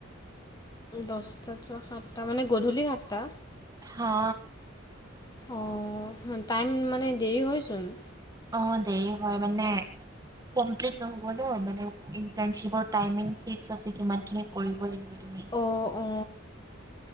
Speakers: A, on the left; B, on the right.
A: দহটা সাতটা মানে গধূলি সাতটা।
B: হা।
A: অ টাইম মানে দেৰি হয়চোন।
B: অ দেৰি হয় মানে। কমপ্লিট নহব ন মানে ইন্টাৰ্ণশ্বিপৰ টাইমিঙ ফিক্স আছে কিমান খিনি কৰিব লাগিব। পদমিক।
A: অ অ।